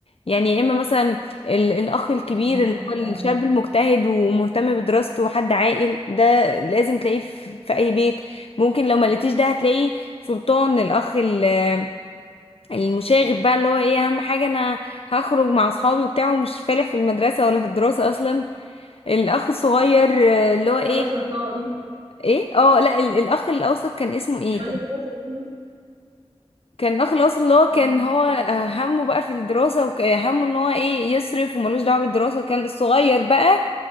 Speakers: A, on the left; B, on the right.
A: يعني يا اما مثلا ال- الاخ الكبير
B: دي حقيقة
A: اللي هو
B: بجد
A: الشاب المجتهد ومهتم بدراسته وحد عاقل ده لازم تلاقيه في في اي بيت ممكن لو ما لقيتيش ده هتلاقي سلطان الاخ ال- المشاغب بقى اللي هو ايه اهم حاجة انا هخرج مع اصحابي وبتاع ومش فالح في المدرسة ولا في الدراسة اصلا الاخ الصغير آه، اللي هو ايه
B: أنا سلطان
A: ايه اه لا ال- الاخ الاوسط كان اسمه ايه
B: بقول
A: كان
B: لك أنا سلطان
A: كان الاخ الاوسط اللي هو كان
B: مش
A: هو
B: فاكرة
A: آه، همه بقى في الدراسة وهمه ان هو ايه يصرف وملوش دعوة بالدراسة وكان الصغير بقى